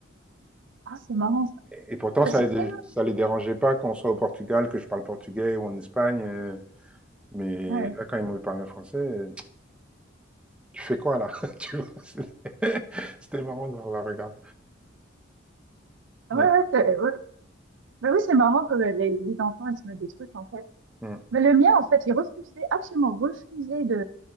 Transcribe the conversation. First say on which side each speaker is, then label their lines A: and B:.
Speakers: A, on the right; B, in the centre.
A: Ah, c'est marrant ça.
B: Et, et pourtant,
A: Bah,
B: ça,
A: c'est
B: les
A: très
B: dé- ça les dérangeait pas qu'on soit au Portugal, que je parle portugais ou en Espagne. euh, mais
A: bien. Ouais.
B: là, quand ils m'ont parlé français, euh, tu fais quoi là? <laughs> Tu vois, c'était <laughs> c'était marrant de voir leur regard.
A: Ah
B: Mm,
A: Ouais, ouais, t'as- ouais. Bah oui, c'est marrant que les, les enfants, ils se mettent des trucs en fait.
B: mm,
A: Mais le mien, en fait, il refusait, absolument refusait de.